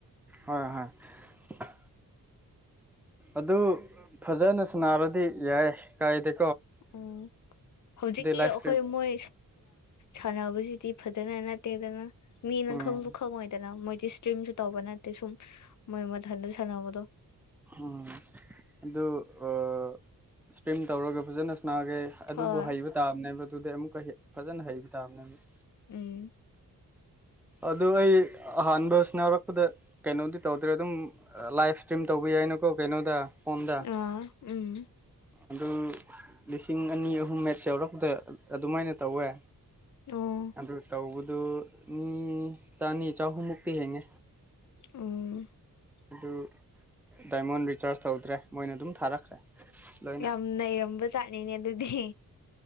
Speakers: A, in the centre; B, on the left.
A: ꯍꯣꯏ ꯍꯣꯏ ꯑꯗꯨ ꯐꯖꯅ ꯁꯅꯥꯔꯗꯤ ꯌꯥꯏ ꯀꯥꯏꯗ
B: ꯎꯝ ꯍꯧꯖꯤꯛꯀꯤ
A: ꯂꯥꯏꯐ
B: ꯑꯩꯈꯣꯏ
A: ꯏꯁꯇ꯭ꯔꯤꯝ
B: ꯃꯣꯏ ꯁꯥꯟꯅꯕꯁꯤꯗꯤ ꯐꯖꯅ ꯅꯠꯇꯦꯗꯅ ꯃꯤꯅ
A: ꯎꯝ
B: ꯈꯪꯁꯨ ꯈꯪꯉꯣꯏꯗꯅ ꯃꯣꯏ ꯏꯁꯇ꯭ꯔꯤꯝꯁꯨ ꯇꯧꯕ ꯅꯠꯇꯦ ꯁꯨꯝ ꯃꯣꯏ ꯃꯊꯟꯗ ꯁꯥꯟꯅꯕꯗꯣ
A: ꯎ ꯑꯗꯨ ꯏꯁꯇ꯭ꯔꯤꯝ ꯇꯧꯔꯒ ꯐꯖꯅ ꯅꯥꯒꯦ ꯑꯗꯨꯕꯨ
B: ꯍꯣꯏ
A: ꯍꯩꯕ ꯇꯥꯕꯅꯦꯕ ꯑꯗꯨꯗꯤ ꯑꯃꯨꯛꯀ ꯐꯖꯅ ꯍꯩꯕ ꯇꯥꯕꯅꯦꯕ
B: ꯍ
A: ꯑꯗꯨꯣ ꯑꯩ ꯑꯍꯥꯟꯕꯁꯤꯅꯥꯎꯔꯛꯄꯗ ꯀꯩꯅꯣꯗꯤ ꯇꯧꯗ꯭ꯔꯦ ꯑꯗꯨꯝ ꯂꯥꯏꯚ ꯏꯁꯇ꯭ꯔꯤꯝ ꯇꯧꯕ ꯌꯥꯏ ꯌꯥꯏꯅꯀꯣ ꯀꯩꯅꯣꯗ ꯐꯣꯟꯣꯟꯗ
B: ꯑꯥ ꯎꯝ
A: ꯑꯗꯨ ꯂꯤꯁꯤꯡ ꯑꯅꯤ ꯑꯍꯨꯝ ꯃꯦꯠ ꯌꯧꯔꯛꯗ ꯑꯗꯨꯃꯥꯏꯅ ꯇꯧꯋꯦ
B: ꯑꯣ
A: ꯑꯗꯨ ꯇꯧꯕꯗꯨ ꯃꯤ ꯆꯅꯤ ꯆꯍꯨꯝꯃꯨꯛꯇꯤ ꯍꯦꯡꯉꯦ
B: ꯑꯣ
A: ꯑꯗꯨ ꯗꯥꯏꯃꯣꯟ ꯔꯤꯆꯥꯔꯖ ꯇꯧꯗ꯭ꯔꯦ ꯃꯣꯏꯅ ꯑꯗꯨꯝ ꯊꯥꯔꯛꯈ꯭ꯔꯦ ꯂꯣꯏꯅ
B: ꯌꯥꯝ ꯅꯩꯔꯝꯕ ꯆꯥꯠꯅꯤꯅꯦ ꯑꯗꯨꯗꯤ